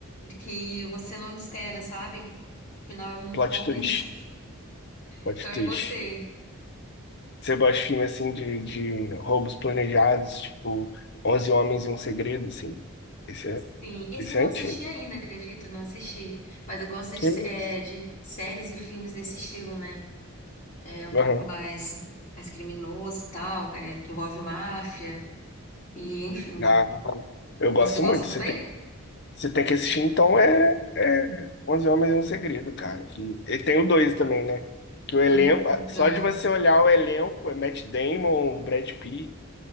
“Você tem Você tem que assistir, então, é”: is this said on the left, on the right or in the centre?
Left